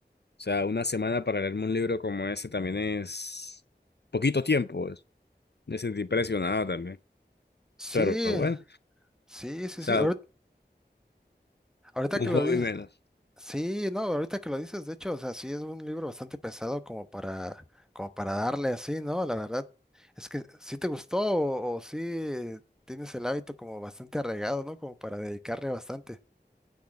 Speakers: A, on the left; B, in the centre.
A: sea, una semana para leerme un libro como ese también es poquito tiempo, pues. Me sentí presionado también.
B: Sí,
A: Pero bueno.
B: sí, sí,
A: O sea,
B: sí. Ahorita, ahorita
A: un
B: que
A: hobby
B: lo dices,
A: menos.
B: Sí, no, ahorita que lo dices, de hecho, o sea, sí es un libro bastante pesado como para, como para darle así, ¿no? La verdad, es que sí te gustó o, o sí tienes el hábito como bastante arraigado, ¿no? Como para dedicarle bastante.